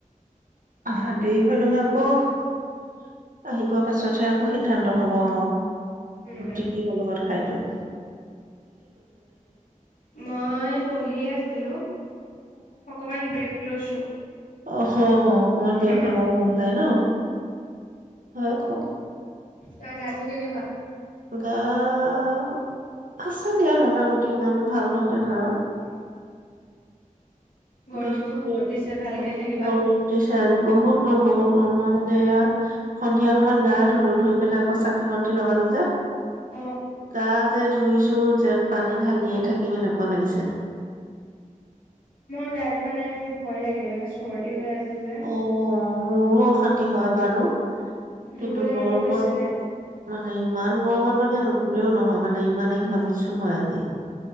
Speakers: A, on the right; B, on the left.
A: আহা দেৰি হয় নহয় আকৌ আহি পোৱা পাছতহে সিদ্ধান্ত হব আৰু
B: উম
A: ৰু কি হ'ল ঘ খাইটোো <unintelligible>
B: মই পঢ়ি আছিলো অকমান ব্ৰেক লৈছো
A: অহ অকমান বেগ
B: উম
A: ল'বও মন যায় ন হয় খৌ
B: তই গাটো কেনেকুৱা
A: গ অ অ অ আছে দিয়া মোটামুটি ইমানো ভাল নহয় গা
B: গৰমটো
A: বিষ
B: বহুত দিছে ভালকে
A: বহুত
B: থাকিবা।
A: গৰম দিছে আজি বহুত গৰম বহুত অ <inaudible> সন্ধিয়া অকমান গা ধুলো ধুই পেলাই আকৌ চাকি বন্তি লগালো যে
B: অ
A: গা যে ধুইছো যেন পানী ঢালিয়েই থাকিম এনেকুৱা লাগিছে
B: মই গা ধোৱা নাই মোৰ ভয় লাগে মানে চৰ্দি হৈ আছে যে।
A: অ মোৰো অশান্তি হয় বাৰু
B: ধুবলৈ
A: কিন্তু গৰমত
B: মন গৈছিলে
A: মানে ইমান গৰমত মানে নধলেও নহয় মানে ইমানেই ঘামিছো মই আজি